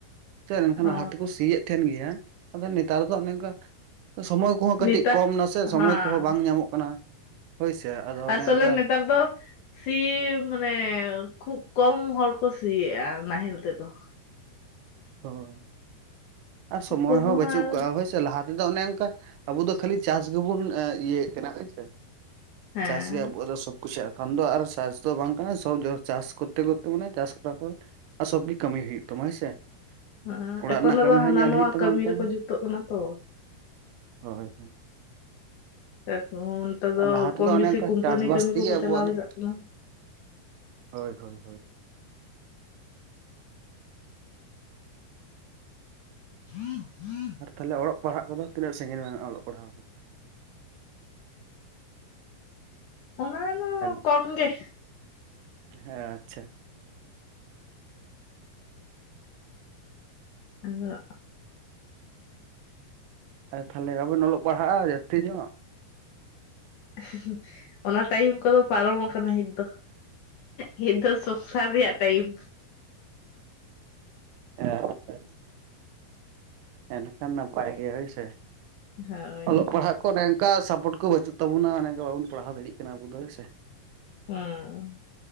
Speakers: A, on the right (about 80°); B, on the left (about 70°).
A: ᱥᱮ ᱮᱠᱷᱟᱱ
B: ᱚ
A: ᱞᱟᱦᱟ ᱛᱮ ᱠᱚ ᱥᱤᱭᱮᱫ ᱛᱟᱦᱮᱸᱱ ᱜᱮᱭᱟ, ᱟᱫᱚ ᱱᱮᱛᱟᱨ ᱫᱚ ᱚᱱᱮ ᱚᱝᱠᱟ ᱥᱚᱢᱚᱭ ᱠᱚᱦᱚᱸ ᱠᱟᱹᱴᱤᱡ
B: ᱱᱮᱛᱟᱨ
A: ᱠᱚᱢ ᱱᱟᱥᱮ ᱥᱚᱢᱚᱭ
B: ᱦᱮᱸ
A: ᱠᱚᱦᱚᱸ ᱵᱟᱝ ᱧᱟᱢᱚᱜ ᱠᱟᱱᱟ ᱦᱳᱭ ᱥᱮ, ᱟᱫᱚ ᱚᱱᱮ
B: ᱟᱥᱚᱞᱮ
A: ᱚᱱᱠᱟ
B: ᱱᱮᱛᱟᱨ ᱫᱚ ᱥᱤ ᱢᱟᱱᱮ ᱠᱷᱩᱵ ᱠᱚᱢ ᱦᱚᱲ ᱠᱚ ᱥᱤ ᱮᱜᱼᱟ ᱱᱟᱦᱮᱞ ᱛᱮᱫᱚ᱾
A: ᱦᱳᱭ ᱟᱨ
B: ᱠᱷᱩᱵ
A: ᱥᱚᱢᱚᱭ
B: ᱠᱚᱢ
A: ᱦᱚᱸ
B: ᱦᱚᱲ
A: ᱵᱟᱹᱪᱩᱜ
B: ᱟᱨ
A: ᱠᱟᱜᱼᱟ ᱦᱳᱭ ᱥᱮ? ᱞᱟᱦᱟ ᱛᱮᱫᱚ ᱚᱱᱮ ᱚᱱᱠᱟ ᱟᱵᱚ ᱫᱚ ᱠᱷᱟᱹᱞᱤ ᱪᱟᱥ ᱜᱮᱵᱚᱱ ᱤᱭᱟᱹᱭ ᱛᱟᱦᱮᱸᱱᱟ ᱦᱳᱭ ᱥᱮ?
B: ᱦᱮᱸ
A: ᱪᱟᱥ ᱜᱮ ᱟᱵᱚᱣᱟᱜ ᱫᱚ ᱥᱚᱵ ᱠᱩᱥᱤᱭᱟᱜ ᱠᱷᱟᱱ ᱫᱚ ᱟᱨ ᱪᱟᱥ ᱫᱚ ᱵᱟᱝ ᱠᱟᱱᱟ ᱥᱚᱵ ᱪᱟᱥ ᱠᱚᱨᱛᱮ ᱠᱚᱨᱛᱮ ᱢᱟᱱᱮ ᱪᱟᱥ ᱠᱚᱨᱟ ᱠᱚ ᱥᱚᱵ ᱜᱮ ᱠᱟᱹᱢᱤ ᱦᱩᱭᱩᱜ ᱛᱟᱢᱟ ᱦᱳᱭ ᱥᱮ᱾
B: ᱦᱮᱸ
A: ᱚᱲᱟᱜ
B: ᱮᱠᱷᱚᱱ
A: ᱨᱮᱱᱟᱜ ᱠᱟᱹᱢᱤ
B: ᱫᱚ
A: ᱦᱚᱸ
B: ᱦᱟᱱᱟ
A: ᱧᱮᱞ
B: ᱱᱚᱣᱟ
A: ᱦᱩᱭᱩᱜ ᱛᱟᱢᱟ
B: ᱠᱟᱹᱢᱤ
A: ᱚᱱᱠᱟ
B: ᱨᱮᱠᱚ ᱡᱩᱠᱛᱚᱜ ᱠᱟᱱᱟ ᱛᱚ᱾
A: ᱦᱳᱭ ᱦᱳᱭ᱾
B: <unintelligible> ᱱᱮᱛᱟᱨ
A: ᱟᱨ
B: ᱫᱚ
A: ᱞᱟᱦᱟ
B: ᱠᱚᱢ
A: ᱛᱮᱫᱚ ᱚᱱᱮ
B: ᱵᱮᱥᱤ
A: ᱚᱱᱠᱟ
B: ᱠᱳᱢᱯᱟᱱᱤ
A: ᱪᱟᱥᱵᱟᱥ
B: ᱠᱟᱹᱢᱤ
A: ᱛᱮᱜᱮ
B: ᱠᱚᱠᱚ
A: ᱟᱵᱚᱣᱟᱜ
B: ᱪᱟᱞᱟᱣ ᱡᱟᱣᱨᱟᱜ
A: ᱫᱚ
B: ᱠᱟᱱᱟ᱾
A: ᱦᱳᱭ ᱦᱳᱭ ᱦᱳᱭ᱾
B: <inaudible>
A: ᱟᱨ ᱛᱟᱦᱚᱞᱮ ᱚᱞᱚᱜ ᱯᱟᱲᱦᱟᱜ ᱠᱚᱫᱚ ᱛᱤᱱᱟᱹᱜ ᱥᱟᱜᱤᱧ ᱵᱮᱱ ᱚᱞᱚᱜ ᱯᱟᱲᱦᱟᱣ ᱠᱟᱱᱟ?
B: ᱚᱱᱟ ᱫᱚ
A: ᱦᱮᱞ
B: ᱠᱚᱢ ᱜᱮ᱾
A: ᱦᱮᱸ ᱟᱪᱪᱷᱟ᱾
B: ᱟᱫᱚ
A: ᱟᱫᱚ ᱛᱷᱟᱞᱮ ᱵᱟᱵᱮᱱ ᱚᱞᱚᱜ ᱯᱟᱲᱦᱟᱜᱼᱟ ᱡᱟᱹᱥᱛᱤ ᱧᱚᱜ᱾
B: <inaudible> ᱚᱱᱟ ᱴᱟᱭᱤᱢ ᱠᱚᱫᱚ ᱯᱟᱨᱚᱢ ᱟᱠᱟᱱᱟ ᱧᱤᱛ ᱫᱚ, ᱧᱤᱛ ᱫᱚ ᱥᱚᱝᱥᱟᱨ ᱨᱮᱭᱟᱜ ᱴᱟᱭᱤᱢ᱾
A: ᱦᱮᱸ ᱟᱪᱪᱷᱟ ᱟᱪᱪᱷᱟ᱾ ᱮᱱᱠᱷᱟᱱ ᱱᱟᱯᱟᱭ ᱜᱮ ᱦᱳᱭ ᱥᱮ,
B: ᱦᱳᱭ
A: ᱚᱞᱚᱜ ᱯᱟᱲᱦᱟᱜ ᱠᱚ ᱚᱱᱮ ᱚᱝᱠᱟ ᱥᱟᱯᱚᱴ ᱠᱚ ᱵᱟᱹᱪᱩᱜ ᱛᱟᱵᱚᱱᱟ ᱚᱱᱮ ᱚᱝᱠᱟ ᱵᱟᱵᱩᱱ ᱯᱟᱲᱦᱟᱣ ᱫᱟᱲᱤᱜ ᱠᱟᱱᱟ ᱟᱵᱚ ᱫᱚ ᱦᱚᱭ ᱥᱮ᱾
B: ᱦᱮᱸ